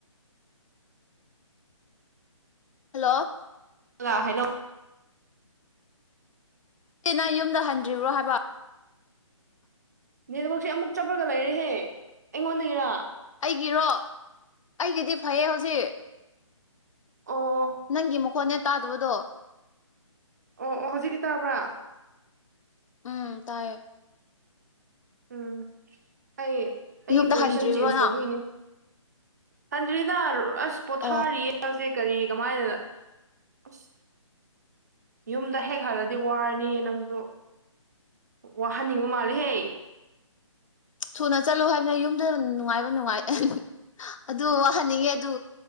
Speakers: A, on the left; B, on the right.
A: ꯍꯜꯂꯣ
B: <unintelligible> ꯍꯩꯅꯧ
A: ꯁꯤꯅ ꯌꯨꯝꯗ ꯍꯟꯗ꯭ꯔꯤꯕ꯭ꯔꯣ ꯍꯥꯏꯕ
B: ꯅꯦꯠꯋꯥꯛꯁꯦ ꯑꯃꯨꯛ ꯆꯠꯂꯔꯒ ꯂꯩꯔꯦꯍꯦ ꯑꯩꯉꯣꯟꯗꯒꯤꯔꯥ
A: ꯑꯩꯒꯤꯔꯣ ꯑꯩꯒꯤꯗꯤ ꯐꯩꯌꯦ ꯍꯧꯖꯤꯛ
B: ꯑꯣ
A: ꯅꯪꯒꯤ ꯃꯈꯣꯟꯅꯦ ꯇꯥꯗꯕꯗꯣ
B: ꯑꯣ ꯑꯣ ꯍꯧꯖꯤꯛꯇꯤ ꯇꯥꯕ꯭ꯔꯥ
A: ꯎꯝ ꯇꯥꯏꯌꯦ
B: ꯎꯝ ꯑꯩ ꯑꯩꯒꯤ
A: ꯌꯨꯝꯗ
B: ꯄꯣꯖꯤꯁꯟ
A: ꯍꯟꯗ꯭ꯔꯤꯕ꯭ꯔꯣ
B: ꯆꯦꯟꯖ
A: ꯅꯪ
B: ꯇꯧꯕꯒꯤꯅꯦ ꯍꯟꯗ꯭ꯔꯤꯗ ꯑꯁ ꯄꯣꯊꯥꯔꯤꯌꯦ
A: ꯑꯣ
B: ꯍꯧꯖꯤꯛ ꯀꯔꯤ ꯀꯃꯥꯏꯅ ꯑꯁ ꯌꯨꯝꯗ ꯍꯦꯛ ꯍꯜꯂꯗꯤ ꯋꯥꯔꯅꯤꯌꯦ ꯅꯪꯁꯨ ꯋꯥꯍꯟꯅꯤꯡꯕ ꯃꯥꯜꯂꯦꯍꯦ
A: ꯊꯨꯅ ꯆꯠꯂꯨ ꯍꯥꯏꯕꯅꯦ ꯌꯨꯝꯗ ꯅꯨꯡꯉꯥꯏꯕ ꯅꯨꯡꯉꯥꯏ ꯑꯗꯨ ꯋꯥꯍꯟꯅꯤꯡꯉꯦ ꯑꯗꯨ